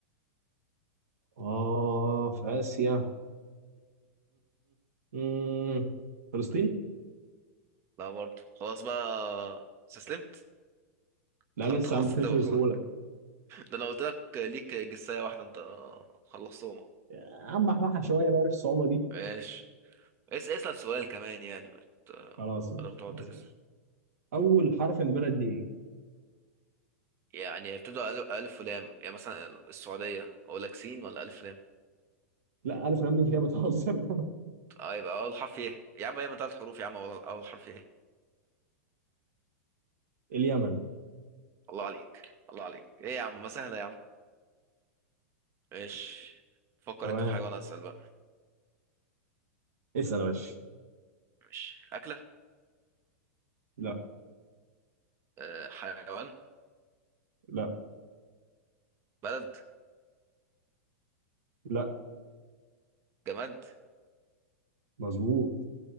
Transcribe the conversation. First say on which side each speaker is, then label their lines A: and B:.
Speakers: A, on the right (about 85°); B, on the right (about 30°).
A: اه في اسيا <laughs> فلسطين؟
B: لا برضه خلاص بقى استسلمت <laughs>
A: لا
B: انت
A: لسه
B: أنت خلصت
A: عم بفهمش
B: الدول
A: بسهولة
B: خلاص ده انا قلت لك ليك جساية واحدة انت خلصتهم أهو.
A: عم بحبحها شوية بقى في الصعوبة دي
B: ماشي اس اسأل سؤال كمان يعني ما ت-
A: خلاص ماشي
B: بدل ما تقعد
A: خلاص
B: تجس
A: ماشي أول حرف من البلد دي إيه؟
B: يعني يبتدوا أل- ألف ولام يعني مثلا السعودية أقول لك سين ولا ألف ولام؟
A: لا ألف لام دي أنت كده بتهزر <laughs>
B: آه يبقى أول حرف إيه؟ يا عم هي من ثلاث حروف يا عم أول أول حرف إيه؟
A: اليمن
B: الله عليك الله عليك إيه يا عم ما سهلة يا عم ماشي فكر
A: تمام
B: أنت في حيوان أسأل بقى
A: اسأل يا باشا
B: ماشي أكلة
A: لا
B: آه، حيوان
A: لا
B: بلد
A: لا
B: جماد
A: مظبوط